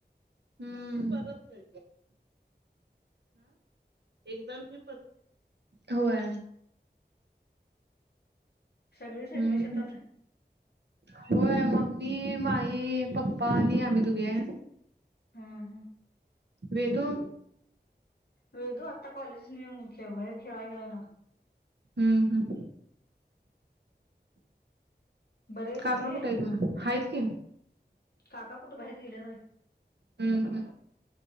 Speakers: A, on the right (about 75°); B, on the left (about 65°).
A: हम्म, ह एक्झाम फि. होय.
B: सगळीच हाईत
A: हम्म
B: होय शेतात,
A: होय मम्मी, माई, पप्पा आणि आम्ही दोघी हाय,
B: हा हा
A: वेदु.
B: वेदु आता कॉलेजन येऊन खे बाहेर खेळाय गेलाय. ना!
A: हम्म, हम्.
B: बरे आहेत
A: काका
B: सगळी.
A: कुठे आहेत मग आहेत की
B: काका कुठे बाहेर गेल्या बाई.
A: हम्म हम्म